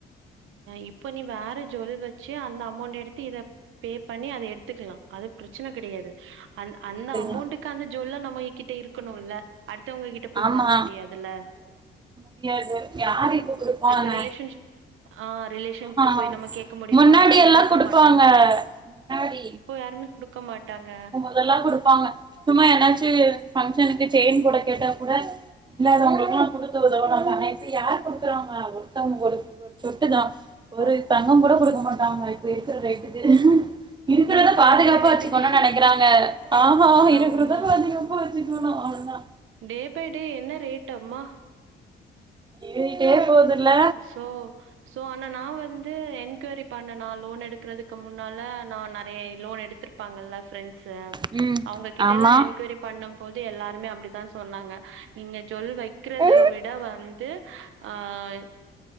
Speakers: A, on the right (about 85°); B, on the right (about 20°).
A: இப்ப நீ வேற ஜொல் வெச்சு அந்த அமௌண்ட் எடுத்து இத பே பண்ணி அத எடுத்துக்லாம் அது பிரச்சன கெடயாது அந் அந்த
B: எடுத்துக்கலா
A: அமௌண்ட்டுக்கு அந்த ஜொல்ல நம்ம கிட்ட இருக்கணுல்ல அடுத்தவங்க கிட்ட போய்
B: ஆமா
A: வாங்க முடியாதுல்ல
B: முடியாது யாரு இப்ப குடுப்பாங்க
A: இப்ப ரிலேஷன்ஸ் ஆ ரிலேஷன்ட்ட
B: ஆஹா
A: போய் நம்ம கேக்க முடியுமா
B: முன்னாடி
A: யாரும்
B: எல்லா
A: குடுக்க
B: குடுப்பாங்க
A: மாட்டங்
B: முன்னாடி
A: இப்ப யாருமே குடுக்க மாட்டாங்க
B: அதெல்லாம் குடுப்பாங்க சும்மா ஏனாச்சு ஃபங்க்ஷனுக்கு செயின் போட கேட்டா கூட இல்லாதவங்களுக்லாம் குடுத்த உதவ வந்தாங்க இப்ப யார் குடுக்குறாங்க ஒருத்தவுங்க ஒரு சொட்டுதா
A: ம்
B: ஒரு
A: அது
B: தங்கம் கூட குடுக்க மாட்டாங்க இப்ப இருக்குற ரேட்டுக்கு இருக்குறத
A: இப்ப
B: பாதுகாப்பா
A: இருக்கிற ரேட்டுக்கு
B: வெச்சுக்கணும் நெனைக்கிறாங்க ஆமா இருக்றத
A: ஆமா
B: பாதுகாப்பா பாதுகாப்பா வெச்சக்குன அவ்லோதான்
A: டே பை டே என்ன ரேட் அம்மா
B: ஏரிட்டே போதுல்ல
A: சோ சோ ஆனா நா வந்து என்கொய்ரி பண்ண நான் லோன் எடுக்குறதுக்கு முன்னால நான் நறை லோன் எடுத்து த்துருப்பாங்கல்ல ஃபிரெண்ட்ஸு
B: ம்
A: அவுங்ககிட்ட
B: ஆமா
A: எல்லாம் என்கவரி பண்ணும் போது எல்லாருமே அப்டித்தான் சொன்னாங்க நீங்க ஜொல் வெக்கிறத
B: ஆ
A: விட வந்து தத்து ஆ